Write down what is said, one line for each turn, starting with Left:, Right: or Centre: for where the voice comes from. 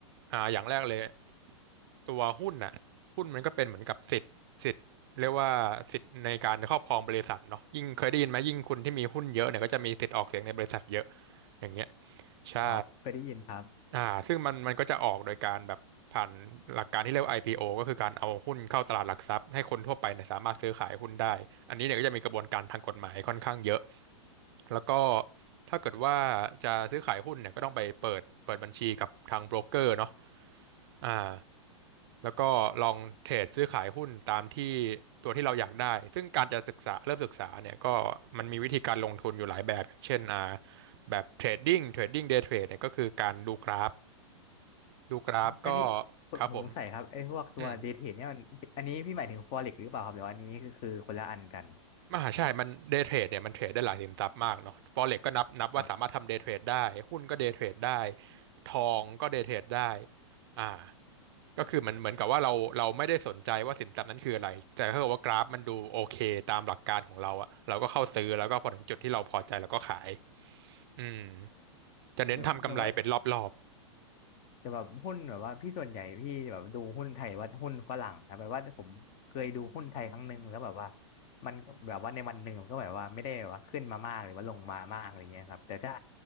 Right: อ่าอย่างแรกเลยตัวหุ้นน่ะหุ้นมันก็เป็นเหมือนกับสิทธิ์สิทธิ์เรียกว่าสิทธิ์ในการครอบครองบริษัทเนาะยิ่งเคยได้ยินไหมยิ่งคุณที่มีหุ้นเยอะเนี่ยก็จะมีสิทธิ์ออกเสียงในบริษัทเยอะ อย่างเงี้ยใช่
Left: อ๋อเคยได้ยินครับ
Right: อ่าซึ่งมันมันก็จะออกโดยการแบบผ่านหลักการที่เรียกว่า IPO ก็คือการเอาหุ้นเข้าตลาดหลักทรัพย์ให้คนทั่วไปเนี่ยสามารถซื้อขายหุ้นได้อันนี้เนี่ยก็จะมีกระบวนการทางกฎหมายค่อนข้างเยอะแล้วก็ถ้าเกิดว่าจะซื้อขายหุ้นเนี่ยก็ต้องไปเปิดเปิดบัญชีกับทางโบรกเกอร์เนาะอ่า แล้วก็ลองเทรดซื้อขายหุ้นตามที่ตัวที่เราอยากได้ซึ่งการจะศึกษาเริ่มศึกษาเนี่ยก็มันมีวิธีการลงทุนอยู่หลายแบบอย่างเช่นอ่าแบบเทรดดิ้งเทรดดิ้งเดย์เทรดเนี่ยก็คือการดูกราฟดูกราฟก็
Left: อันนี้ผมผมสงสัยครับไอ้พวกตัวเดทเทนเนี่ยมันอันนี้พี่หมายถึงฟอเร็กหรือเปล่าครับหรือว่าอันนี้คือคือคนละอันกัน
Right: ครับผมอืม ม่าใช่มันเด y t เทรดเนี่ยมันเทรดได้หลายสินทรัพย์มากเนาะ Forex กก็นับนับว่าสามารถทำเด
Left: ครับครับ
Right: y t เทรดได้หุ้นก็เด y t เทรดได้ทองก็เด y t เทรดได้อ่าก็คือมันเหมือนกับว่าเราเราไม่ได้สนใจว่าสินทรัพย์นั้นคืออะไร แต่ถ้าเกิดว่ากราฟมันดูโอเคตามหลักการของเราอะเราก็เข้าซื้อแล้วก็พอถึงจุดที่เราพอใจเราก็ขายอืมจะเน้นทำกำไรเป็นรอบ
Left: หรือหรือว่าจะแบบหุ้นแบบว่าพี่ส่วนใหญ่พี่แบบดูหุ้นไทยหรือว่าหุ้นฝรั่งครับแบบว่าผมเคยดูหุ้นไทยครั้งหนึ่งแล้วแบบว่ามันแบบว่าในวันหนึ่งมันก็แบบว่าไม่ได้แบบว่าขึ้นมามากหรือว่าลงมามากอะไรเงี้ยครับแต่ถ้า